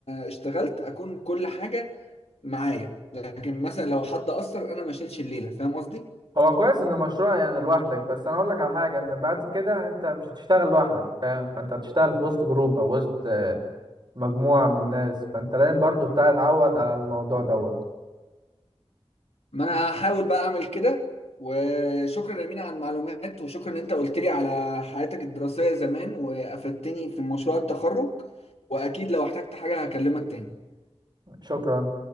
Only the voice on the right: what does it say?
هو كويس ان مشروع يعني لوحدك بس انا اقول لك على حاجه ان بعد كده انت مش هتشتغل لوحدك فاهم فانت هتشتغل في وسط جروب او وسط آه، مجموعه من الناس فانت لازم برضو تتعود على الموضوع دوت
شكرا